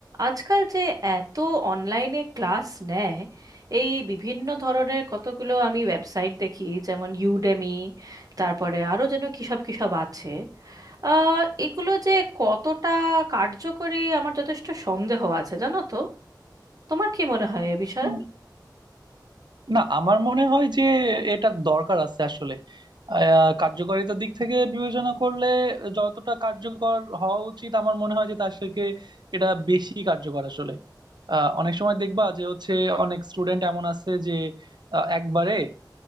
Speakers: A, on the right (about 50°); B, on the right (about 70°).
A: আজকাল যে এত অনলাইনে ক্লাস নেয় এই বিভিন্ন ধরনের কতগুলো আমি ওয়েবসাইট দেখি যেমন ইউডেমি তারপরে আরও যেন কী সব কী সব আছে আহ, এগুলো যে কতটা কার্যকরী আমার যথেষ্ট সন্দেহ আছে জানো তো তোমার কি মনে হয় এ বিষয়ে
B: উম, না আমার মনে হয় যে এটার দরকার আছে আসলে আহ, কার্যকারিতার দিক থেকে বিবেচনা করলে যতটা কার্যকর হওয়া উচিত আমার মনে হয় যে তার থেকে এটা বেশি কার্যকর আসলে আহ, অনেক সময় দেখবা যে হচ্ছে অনেক স্টুডেন্ট এমন আছে যে আহ, একবারে